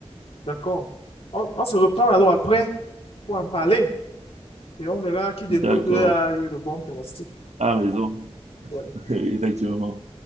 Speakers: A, on the left; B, on the right.
A: D'accord. On, on se reprend alors après pour en parler et on verra qui de
B: D'accord.
A: nous deux a eu le bon pronostic.
B: Ah, raison.
A: Ouais.
B: <laughs> Effectivement.